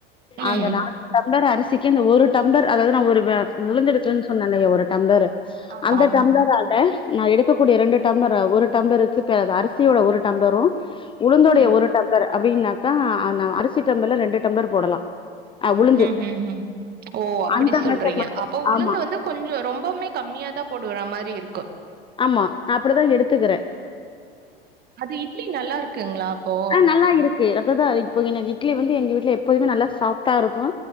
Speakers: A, on the right (about 30°); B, on the left (about 15°).
A: ம்.
B: அந்த நாலு டம்ளர் அரிசிக்கி அந்த ஒரு டம்ளர் அதாவுது நா ஒரு வ உளுந்து எடுக்கலன் சொன்னேலய ஒரு டம்ளரு
A: ஆமாமா.
B: அந்த டம்ளரால நா எடுக்கக்கூடிய ரெண்டு டம்ளர் அ ஒரு டம்ளருக்கு இப்ப அரிசியோட ஒரு டம்ளரு உளுந்தோடய
A: ம்.
B: ஒரு டம்ளர் அப்டினாக்கா நா அரிசி டம்ளர்ல ரெண்டு டம்ளர் போடலா அ உளுந்து
A: ம் ஹூம் ம் ஓ அப்டி
B: அந்த
A: சொல்ற
B: மெஷர்மெண்ட்ல
A: போட்றீங்க அப்ப உளுந்து
B: ஆமா
A: வந்து கொஞ்சோ ரொம்பவுமே கம்மியா தா போடுற மாறி இருக்கு
B: ஆமா அப்டிதா எடுத்துக்கிறே
A: அது இட்லி நல்லா இருக்குங்ளா அப்போ
B: ஆ நல்லா இருக்கு அதுதா இப்போ எனக்கு இட்லி வந்து எங்க வீட்ல எப்போதுமே நல்லா சாஃப்டா இருக்கு